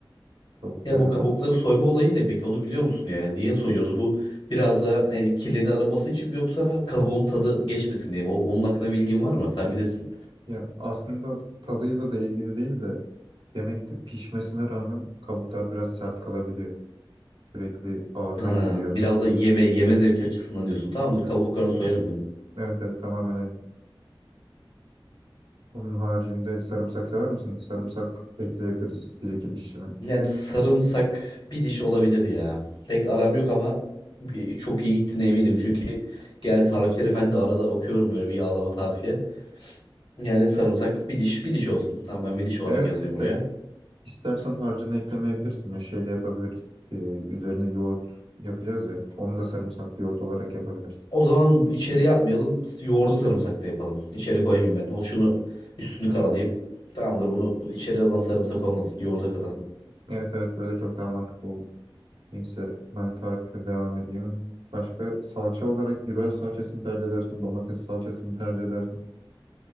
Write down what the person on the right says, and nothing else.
Kabukların
ya aslında tadıyla da ilgili değil de yemekte pişmesine rağmen kabuklar biraz sert kalabiliyor. Sürekli ağza
geliyor.
Evet, evet tamamen öyle. Onun haricinde sarımsak sever misin? Sarımsak ekleyebiliriz bir iki dişine.
Evet,
e, İstersen harcını eklemeyebilirsin ya şey de yapabiliriz. Ee, üzerine yoğurt yapacağız ya. Onu da sarımsaklı yoğurt olarak yapabiliriz.
Evet evet böyle çok daha mantıklı oldu. Neyse ben tarife devam edeyim. Başka salça olarak biber salçasını tercih edersin, domates salçasını tercih edersin.